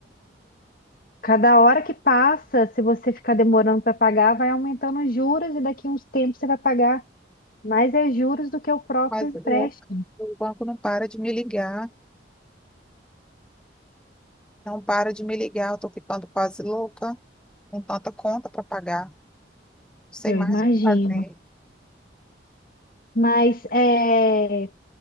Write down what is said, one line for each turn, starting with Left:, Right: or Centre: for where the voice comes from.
Left: cada hora que passa, se você ficar demorando para pagar, vai aumentando os juros e daqui a uns tempos você vai pagar mais é juros do que o próprio
Centre: mas
Left: empréstimo,
Centre: o o banco não para de me ligar, não para de me ligar. Eu estou ficando quase louca, com tanta conta para pagar. Não sei
Left: eu
Centre: mais
Left: imagino.
Centre: o que fazer.
Left: Mas, é...